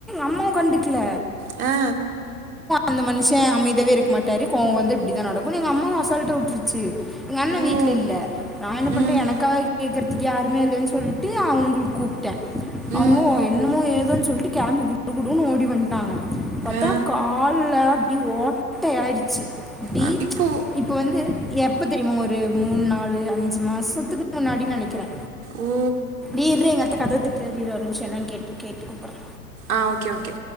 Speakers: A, in the centre; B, on the right.
A: அம்மாவு கண்டுக்ல
B: ஆ
A: அந்த மனுஷே அமைதியாவே இருக்க மாட்டாரு கோப வந்து இப்டிதா நடக்கு எங்க அம்மாவு அசால்ட்ட உட்டுருச்சு எங்க அண்ணே வீட்ல
B: ஓ
A: இல்ல நா என்ன பண்டே
B: ம்
A: எனக்காக கேக்கற யாருமே இல்லனு சொல்ட்டு அவங்கள கூப் டே அவங்களு
B: ம்
A: என்னமோ ஏ அது சொல்லிட்டு கேம்பி குடுகுடுன்னு ஓடி வந்ட்டா அவே பத்தா
B: ஆ
A: கால்ல ப்டி ஓட்டையாயிடுச்சு ப்டி
B: ஆ, இப்போ
A: இப்ப வந்து எப்ப தெரியுமா ஒரு மூணு நாலு அஞ்சு மாசத்துக்கு முன்னாடினு நினைக்கிறே
B: ஓ
A: ஏ இர்ரி எங்கத்த கதை தட்டுது ஒரு நிமிஷ என்னன் கே கேட்டு கூப்பறே
B: ஆ ஓகே ஓகே